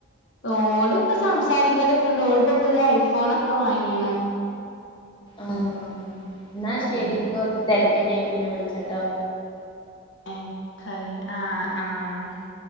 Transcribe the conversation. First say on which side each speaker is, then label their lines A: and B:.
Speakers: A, on the left (about 60°); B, on the left (about 25°).
A: ഓൾ ഇപ്പ സംസാരിക്കലൊക്കെ ഇണ്ട് ഓള ഇപ്പോ പുതിയ ഐഫോൺക്കെ വാങ്ങിണ്
B: ആഹ എന്നാ ശരി
A: ഉം
B: ൻകൊറച്ച് തിരക്കണ്ണാ പിന്നെ വിളിച്ചട്ടോ
A: എ <unintelligible> ആഹ ആഹ